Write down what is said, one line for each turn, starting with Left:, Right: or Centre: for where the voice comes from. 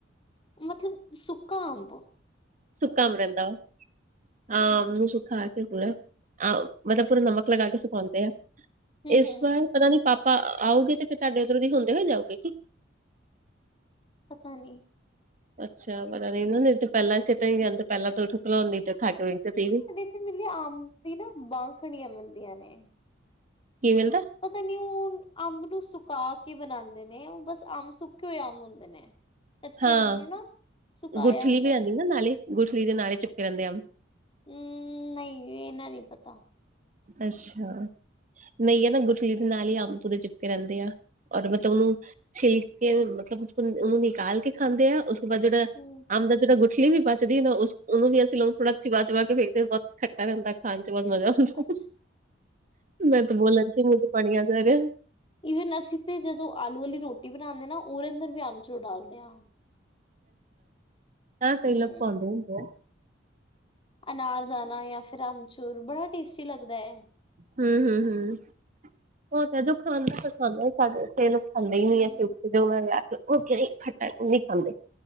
Left: ਮਤਲਬ, ਸੁੱਕਾ ਆਉਂਦਾ
Right: ਸੁਕਾ ਅੰਬ ਰਹਿੰਦਾ ਹਾਂ, ਸੁਖਾ ਕੇ ਪੂਰਾ, ਮਤਲਬ ਪੂਰਾ ਨਮਕ ਲਗਾ ਕੇ ਸੁਕਾਂਉਂਦੇ ਆ
Left: ਹੂੰ-ਹੂੰ,
Right: ਇਸ ਵਾਰ ਪਤਾ ਨੀ ਪਾਪਾ ਆਉਗੇ ਤੇ ਫਿਰ ਤੁਹਾਡੇ ਉੱਧਰੋਂ ਦੀ ਹੁੰਦੇ ਹੋਏ ਜਾਊਗੇ
Left: ਪਤਾ ਨਹੀ
Right: ਅੱਛਾ, ਪਤਾ ਨਹੀਂ ਇਹਨਾਂ ਨੇ ਤੇ ਪਹਿਲਾਂ ਚੇਤਾ ਜਾਂ ਪਹਿਲਾਂ ਤੋਂ ਉੱਠ ਲਾਉਂਦੀ ਖਾਟੋ ਤਾਂਈ ਹੋ <unintelligible>
Left: ਕਈ ਵਾਰੀ ਅੰਬ ਦੀ ਨਾ ਬਾਂਖਣੀਆਂ ਮਿਲਦੀਆਂ ਨੇ
Right: ਕੀ ਮਿਲਦਾ
Left: ਪਤਾ ਨੀ, ਉਹ ਅੰਬ ਨੂੰ ਸੁਕਾ ਕੇ ਬਣਾਉਂਦੇ ਨੇ ਉਹ ਬਸ ਅੰਬ ਸੁੱਕੇ ਹੋਏ ਅੰਬ ਹੁੰਦੇ ਨੇ <inaudible>
Right: ਹਾਂ,
Left: ਅੰਬ ਨੂੰ ਨਾ ਸੁਕਾਇਆ
Right: ਗੁਠਲੀ
Left: ਹੁੰਦਾ
Right: ਵੀ ਹੈਨੀ
Left: ਬਸ
Right: ਨਾ ਨਾਲੇ ਗੁਠਲੀ ਦੇ ਨਾਲੇ ਚਿਪਕ ਜਾਂਦੇ ਆ
Left: ਹਮ, ਨਹੀਂ ਇਹਨਾ ਨਹੀਂ ਪਤਾ
Right: ਅੱਛਾ, ਨਹੀਂ ਆ ਨਾ ਗੁੁਠਲੀ ਦੇ ਨਾਲ ਹੀ ਅੰਬ ਪੂਰੇ ਚਿਪਕੇ ਰਹਿੰਦੇ ਆ ਔਰ ਮਤਲਬ, ਉਹਨੂੰ ਛਿਲ ਕੇ ਮਤਲਬ ਉਹਨੂੰ ਨਿਕਾਲ ਕੇ ਖਾਂਦੇ ਆ, ਉਸ ਜਿੜਾ
Left: ਹੂੰ,
Right: ਅਮਦਾ ਜਿਹੜਾ ਗ <unintelligible> ਪਲੀ ਵੀ ਬਚਦੀ ਨਾ ਉਸਨੂੰ ਵੀ ਅਸੀਂ ਲੋਕ ਥੋੜਾ ਚਬਾ ਚੁਵਾ ਕੇੇ ਵੇਖਦੇ, ਬਹੁਤ ਖੱਟਾ ਰਹਿੰਦਾ ਖਾਣ 'ਚ ਬਹੁਤ ਮਜ਼ਾ ਆਉਂਦਾ
Left: ਹਾਂ
Right: ਮੈਂ ਤੇ ਬੋਲਣ 'ਚ ਮੂੰਹ ਚ ਪਾਣੀ ਜਾ ਆ ਗਿਆ
Left: ਈਵਨ ਅਸੀਂ ਤੇ ਜਦੋਂ ਆਲੂ ਵਾਲੀ ਰੋਟੀ ਬਣਾਉਂਦੇ ਨਾ ਉਹਦੇ ਅੰਦਰ ਵੀ ਅਮਚੂਰ ਡਾਲਦੇ ਹਾਂ
Right: ਨਾ ਕਈ
Left: ਹੂੰ
Right: ਲੋਕ ਪਾਂਉਦੇ ਹੁੰਦੇ ਆ
Left: ਅਨਾਰ ਦਾਣਾ ਜਾਂ ਫਿਰ ਅਮਚੂਰ, ਬੜਾ ਟੇਸਟੀ ਲੱਗਦਾ ਹੈ
Right: ਹਮ ਹਮ ਹਮ ਉਹ ਤਾਂ ਜੋ ਖਾ ਦਾ ਤਾਂ ਖਾਦਾ ਸਾਡੇ ਖਾਂਦਾ ਹੀ ਨਹੀਂ
Left: ਹੂੰ।
Right: ਹੈ ਕਿਉਕਿ ਉਹ ਵਿਆਹ ਕੇ ਉਹ ਖੱਟਣ ਨਹੀਂ ਖਾਂਦੇ